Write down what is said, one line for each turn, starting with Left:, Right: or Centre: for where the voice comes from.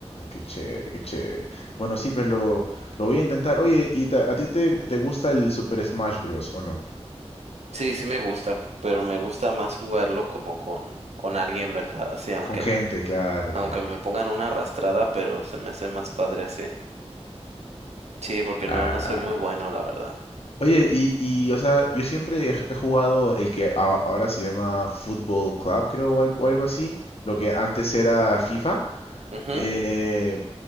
Left: qué chévere, qué chévere. Bueno, sí, pues lo, lo voy a intentar. Oye, ¿y ta- a ti te, te gusta el Super Smash Bros. o no?
Right: Sí, sí me gusta, pero me gusta más jugarlo como con, con alguien, ¿verdad? Así, aunque,
Left: Con gente, claro, claro.
Right: aunque me pongan una arrastrada, pero se me hace más padre así. Sí, porque
Left: Ah,
Right: no, no soy muy bueno, la verdad.
Left: oye, y, y, o sea, yo siempre he, he jugado el que a- ahora se llama Football Club, creo, o algo, o algo así, lo que antes era FIFA.
Right: Ujú,
Left: Eh,